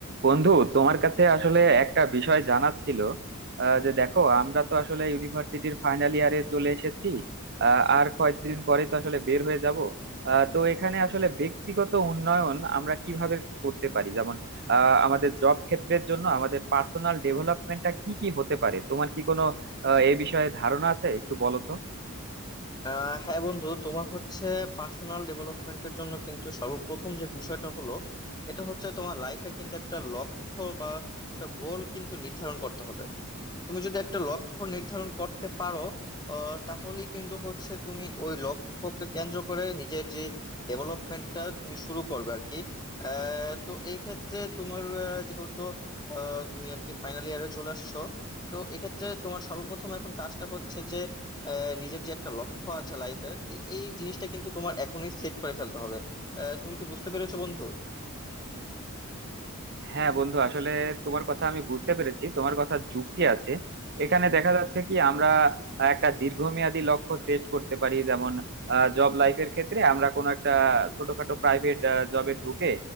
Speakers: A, on the right; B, on the left.
A: বন্ধু তোমার কাছে আসলে একটা বিষয় জানার ছিল আহ, যে দেখো আমরা তো আসলে ইউনিভার্সিটির ফাইনাল ইয়ারে চলে এসেছি আহ, আর কয়েকদিন পরে তো আসলে বের হয়ে যাব আহ, তো এখানে আসলে ব্যক্তিগত উন্নয়ন আমরা কিভাবে করতে পারি যেমন আহ, আমাদের জব ক্ষেত্রের জন্য আমাদের পার্সোনাল ডেভেলপমেন্টটা কি কি হতে পারে তোমার কি কোনো আহ, এ বিষয়ে ধারণা আছে একটু বলো তো
B: আহ হ্যাঁ বন্ধু তোমার হচ্ছে পার্সোনাল ডেভেলপমেন্টের জন্য কিন্তু সর্বপ্রথম যে বিষয়টা হলো এটা হচ্ছে তোমার লাইফের কিন্তু একটা লক্ষ্য বা একটা গোল কিন্তু নির্ধারণ করতে হবে তুমি যদি একটা লক্ষ্য নির্ধারণ করতে পারো আহ, তাহলেই কিন্তু হচ্ছে তুমি ওই লক্ষ্যকে কেন্দ্র করে নিজের যে ডেভেলপমেন্টটা তুমি শুরু করবে আর কি আহ, তো এই ক্ষেত্রে তোমার আহ, যেহেতু আহ, তুমি আর কি ফাইনাল ইয়ারে চলে আসছো তো এক্ষেত্রে তোমার সর্বপ্রথম এখন কাজটা হচ্ছে যে আহ, নিজের যে একটা লক্ষ্য আছে লাইফের এই জিনিসটা কিন্তু তোমার এখনই সেট করে ফেলতে হবে আহ, তুমি কি বুঝতে পেরেছো বন্ধু
A: হ্যাঁ বন্ধু আসলে তোমার কথা আমি বুঝতে পেরেছি তোমার কথা যুক্তি আছে এখানে দেখা যাচ্ছে কি আমরা একটা দীর্ঘমেয়াদী লক্ষ্য সেট করতে পারি যেমন জব লাইফের ক্ষেত্রে আমরা কোনো একটা ছোটখাটো প্রাইভেট জবে ঢুকে